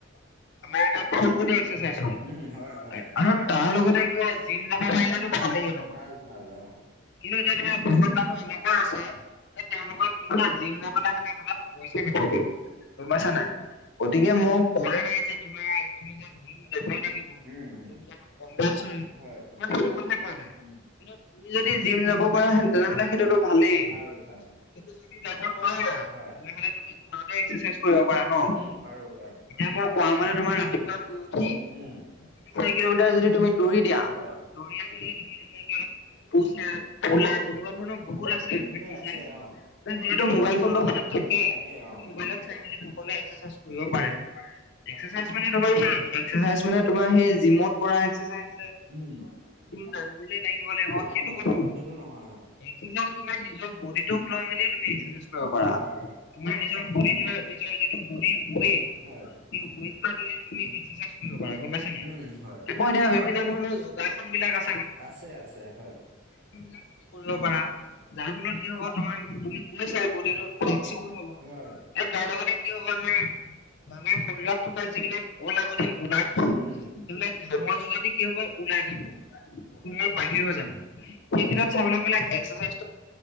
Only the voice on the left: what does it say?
আমাৰ গাটো ফোল বডী এক্সাৰচাইজ হয়।
আৰু তাৰ লগতে কি হয় জিম যাব পাৰিলেতো ভালেই লগতে।
কিন্তু এতিয়া তোমাৰ বহুত মানুহ এনেকুৱা আছে। এই তেওঁলোকৰ কি হয় জিম যাবলৈ মানে হাতত পইচা নাথাকে। গম পাছা নাই? গতিকে মই কোৱা নাই যে তোমাক তুমি যে জিম
যাবই লাগিব,
জিম যোৱাটো কম্পালচৰী
তোমাক সেইটো কথা কোৱা নাই।
কিন্তু, তুমি যদি জিম যাব পাৰা হেন তেনেহলে সেইটোতো ভালেই।
কিন্তু যদি যাব নোৱাৰে
তেনেহলে তুমি ঘৰতে এক্সাৰচাইজ কৰিব পাৰা ন,
এতিয়া মই কোৱা ম'তে তোমাৰ ৰাতিপুৱা শুই উঠি
তিনি চাৰি কিলোমিটাৰ যদি তুমি দৌৰি দিয়া,
দৌৰি আহি তুমি পুচ আপ, পুল আপ তেনেকুৱা ধৰণৰ বহুত আছে এক্সাৰচাইজ,
এতিয়া যিহেতু মোবাইল ফোনটোত থাকেই
মোবাইলত চাই মেলি সকলোৱে এক্সাৰচাইজ কৰিব পাৰে। এক্সাৰচাইজ মানে তোমাৰ সেই এক্সাৰচাইজ মানে তোমাৰ সেই জিমত কৰা এক্সাৰচাইজ যে
ডাম্বেলে দাঙিব লাগিব সেইটো
কথা নহয়।
এদিনত তুমি নিজৰ বডীটোক লৈ মেলিও এক্সাৰচাইজ কৰিব পাৰা।
তোমাৰ নিজৰ বডীটোৰ নিজৰ যিটো বডীৰ ৱেইট
সেই ৱেইট পৰা তুমি এক্সাৰচাইজ কৰিব পাৰা গম পাইছ নাই?
আকৌ এতিয়া বিভিন্ন ধৰণৰ যোগাৰ বিলাক আছে।
তুমি কৰিব পাৰা। যাৰ ফলত কি হব তোমাৰ তুমি কৈছাই বডটো ফ্লেক্সিবুল হব।
তাৰ লগতে কি হ'ব আমাৰ, আমাৰ শৰীৰত থকা যিবিলাক অলাগতিয়াল পদাৰ্থ
সেইবিলাক ঘামৰ যোগেদি কি হ'ব ওলাই যাব বা বাহিৰ হৈ যাব, সেই ক্ষেত্ৰত চাবলৈ গলে এক্সাৰচাইজ